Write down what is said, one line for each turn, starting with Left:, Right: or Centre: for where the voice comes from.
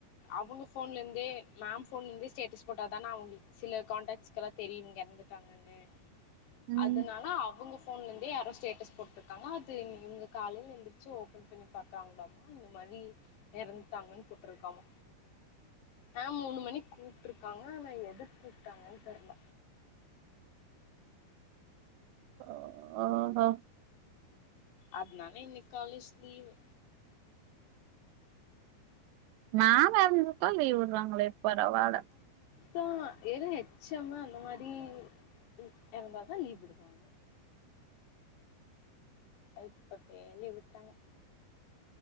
Left: அவுங்க ஃபோன்லேந்தே மேம் ஃபோன் ந்தே ஸ்டேடஸ் போட்டாதானா அவுங்ளுக்கு சில காண்டாக்ஸ்க்கெல்லா தெரியூ இவுங்க எறந்துட்டாங்கன்னு
Right: ம்
Left: அதனால அவுங்க ஃபோன்லேந்தே யாரோ ஸ்டேட்டஸ் போட்டு காங்க அது இவுங்க காலையில எந்த்ரிச்சு ஓபன் பண்ணி பாக்குறாங்களாமா இந்த மாரி எறந்துட்டாங்கன் போட்ருக்காமா ஆ மூணு மணிக் கூப்ட்டுருக்காங்க ஆனா எது கூப்ட்டாங்கன் தெர்ல
Right: ஓ ஹோ
Left: அத்னால இன்னிக் காலேஜ் லீவு
Right: மேம் எற்ந்துட்டா லீவ் விட்றாங்களே பரவால
Left: தா எது எச் எமு அந்த மாரி ரி எற்ந்தாதா லீவ் விடுவாங்க அ இப்ப பே லீவ் விட்டாங்க